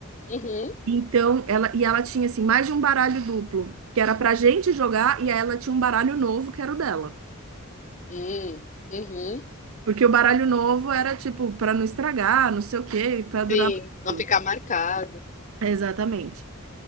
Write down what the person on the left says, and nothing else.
Uhum.
Uhum. Uhum.
Sim,
não
ficar marcado.